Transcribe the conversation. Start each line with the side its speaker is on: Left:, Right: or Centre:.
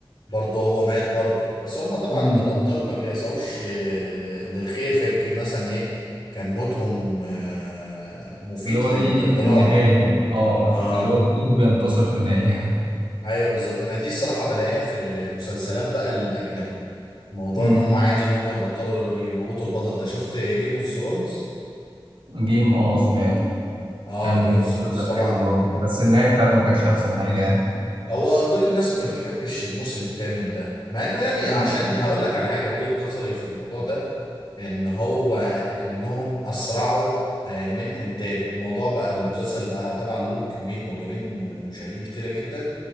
Left: برضه هو مات برضه بس هما طبعا
Right: امم
Left: دول ابطال ما بيسعوش آه، للخير فيمكن مثلا ايه كان موتهم آه، مفيد
Right: اللي هو
Left: للدراما
Right: دي النهايه اه
Left: اه
Right: اللي هو الخير بينتصر في النهايه
Left: ايوه بالظبط انا دي الصراحه بلاقيها في المسلسلات بقى الاجنبي
Right: <laughs>
Left: موضوع
Right: امم
Left: ان هم عادي ان هم يبطلوا يموتوا البطل ده شفت جيم اوف ثرونز
Right: جيم اه سمعته
Left: اه
Right: كان
Left: جيم اوف
Right: مسلسل
Left: ثرونز طبعا
Right: حلو برضه بس النهاية بتاعته ما كانتش أحسن حاجة يعني
Left: هو كل الناس ما بتحبش الموسم الثامن ده مع انه يعني عشان
Right: آه.
Left: هقول لك على حاجه وجهه نظري في الموضوع ده ان هو منهم اسرعوا آه، من انتاج الموضوع بقى المسلسل بقى طبعا له كميه معجبين ومشاهدين كتيره جدا